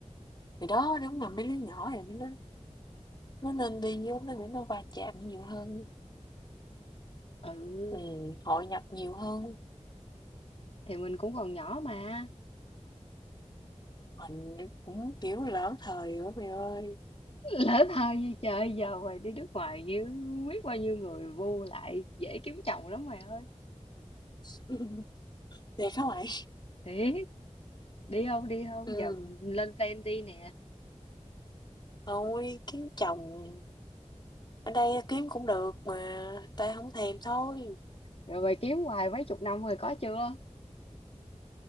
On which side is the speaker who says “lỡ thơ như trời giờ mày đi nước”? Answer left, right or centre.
Left